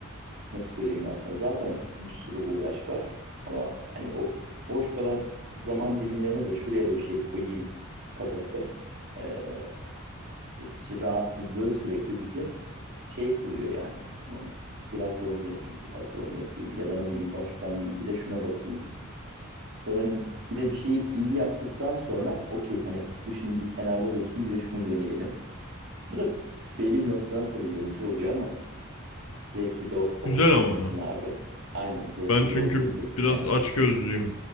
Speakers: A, on the right (about 60°); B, on the left (about 85°).
A: nasıl söyleyeyim ben sana? Zaten bir sürü uğraş var ama hani o boş kalan zaman dilimlerine de şuraya da bir şey koyayım kafası. Ee, işte rahatsızlığı sürekli bizi şey kılıyor yani. Tamam, biraz da onu yapayım, biraz da onu yapayım ya da ne bileyim boş kalmayayım, bir de şuna bakayım. Sanırım bir de bir şeyi iyi yaptıktan sonra okey hani bu şimdi bir kenarda dursun bir de şunu deneyelim. Bu da belli bir noktadan sonra yorucu oluyor ama zevkli de olduğu
B: Güzel ama
A: kesin
B: ya.
A: abi. Aynen zevkli
B: Ben çünkü
A: de olduğu kesin
B: biraz
A: yani.
B: açgözlüyüm